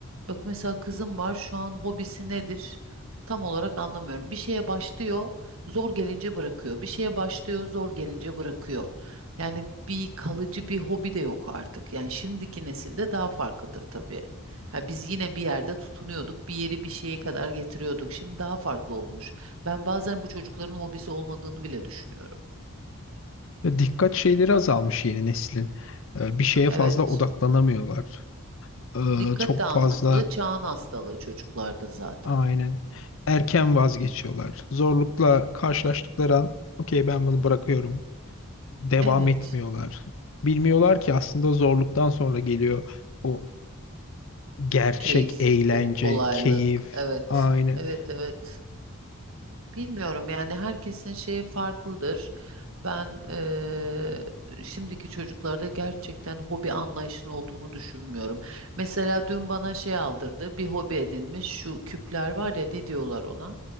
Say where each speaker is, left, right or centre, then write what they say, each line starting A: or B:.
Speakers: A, on the right; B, on the left.
A: bak mesela kızım var şu an hobisi nedir tam olarak anlamıyorum. Bir şeye başlıyor zor gelince bırakıyor bir şeye başlıyor zor gelince bırakıyor. Yani bir kalıcı bir hobi de yok artık. Yani şimdiki nesilde daha farklıdır tabii. Ha biz yine bir yerde tutunuyorduk, bir yeri bir şeye kadar getiriyorduk. Şimdi daha farklı olmuş. Ben bazen bu çocukların hobisi olmadığını bile düşünüyorum.
B: Ee, dikkat şeyleri azalmış yeni neslin. Ee, bir şeye
A: Evet.
B: fazla odaklanamıyorlar. Ee,
A: Dikkat
B: çok
A: dağınıklığı
B: fazla
A: çağın hastalığı çocuklarda zaten.
B: aynen erken vazgeçiyorlar. Zorlukla karşılaştıkları an okey ben bunu bırakıyorum devam
A: Evet.
B: etmiyorlar. Bilmiyorlar ki aslında zorluktan sonra geliyor o gerçek
A: Keyif,
B: eğlence,
A: o kolaylık.
B: keyif.
A: Evet.
B: Aynen.
A: Evet, evet. Bilmiyorum yani herkesin şeyi farklıdır. Ben eee, şimdiki çocuklarda gerçekten hobi anlayışının olduğunu düşünmüyorum. Mesela dün bana şey aldırdı, bir hobi edinmiş. Şu küpler var ya ne diyorlar ona?